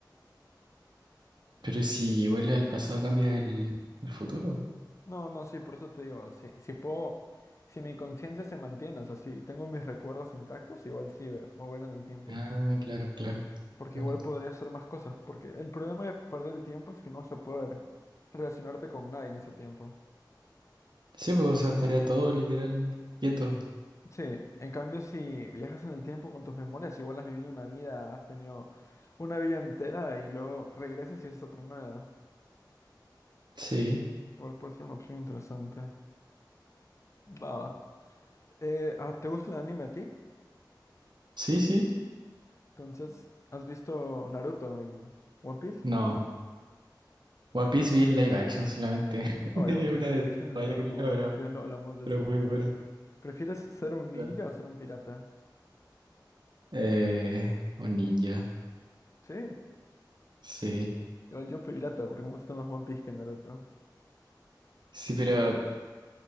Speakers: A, on the right (about 70°); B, on the left (about 40°).
A: pero si vuelves al pasado cambias el, el futuro.
B: No, no, sí, por eso te digo, si, si puedo, si mi conciencia se mantiene, o sea, si tengo mis recuerdos intactos, igual sí, ve- voy a ver en el tiempo.
A: Ah, claro, claro,
B: Porque
A: bueno.
B: igual podría hacer más cosas, porque el problema de perder el tiempo es que no vas a poder relacionarte con nadie en ese tiempo.
A: Sí, pues o sea, estaría todo literal quieto.
B: Sí, en cambio si viajas en el tiempo con tus memorias, igual has vivido una vida, has tenido una vida entera y luego regresas y es otra nueva.
A: Sí,
B: Igual puede ser una opción interesante. Va, va. Eh, ah, ¿te gusta el anime a ti?
A: sí, sí.
B: Entonces, ¿has visto Naruto y One Piece?
A: No, One Piece vi el live action solamente. <laughs>
B: Oye,
A: Una
B: bueno, el
A: de
B: action está
A: esas, yo
B: muy bueno,
A: creo, pero,
B: así que ya lo hablamos de
A: pero
B: eso.
A: muy bueno.
B: ¿Prefieres ser un ninja
A: Dale.
B: o ser un pirata?
A: Eh, un ninja,
B: Sí,
A: sí.
B: igual yo pirata, porque me gusta más One Piece que Naruto.
A: Sí, pero